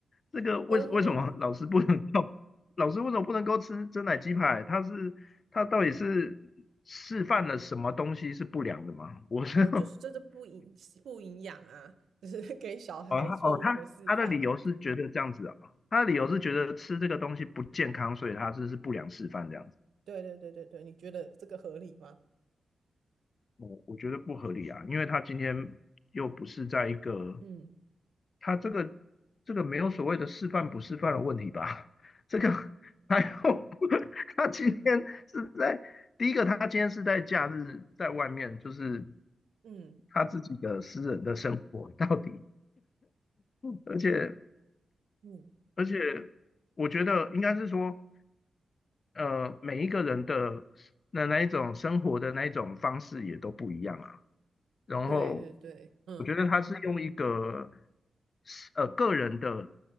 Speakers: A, on the left (about 45°); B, on the right (about 80°).
A: 这个为为什么老师不能够，
B: 哦
A: 老师为什么不能够吃真奶鸡排？他是他到底是示范了什么东西是不良的吗？我是
B: 哦，就是真的不营不营养啊，就是给小孩错误的示范哦。
A: 哦，他哦，他他的理由是觉得这样子啊，他的理由是觉得吃这个东西不健康，所以他这是不良示范这样子。
B: 对对对对对，你觉得这个合理吗？
A: 我我觉得不合理啊，因为他今天又不是在一个
B: 嗯
A: 他这个这个没有所谓的示范不示范的问题吧？<laughs> 这个还有 <laughs> 他今天是在第一个，他今天是在假日在外面，就是
B: 嗯
A: 他自己的私人的生活到底，而且
B: 嗯，
A: 而且我觉得应该是说。呃，每一个人的那那一种生活的那一种方式也都不一样啊。然后
B: 对对对，嗯。
A: 我觉得他是用一个呃个人的